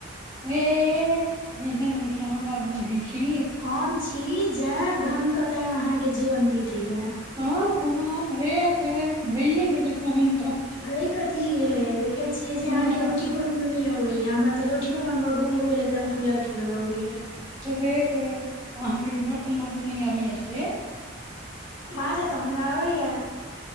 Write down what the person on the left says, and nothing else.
हम छी जय धन क ते अहाँके जीवन बीतैया
भाय कथी गेले देखे छियै जे
अहाँ के रोटी बनव नय अबैया हमरा तऽ रोटियो बनबल गोल गोल एकदम फूल फूल अबैया
माज तऽ हमरा अबैय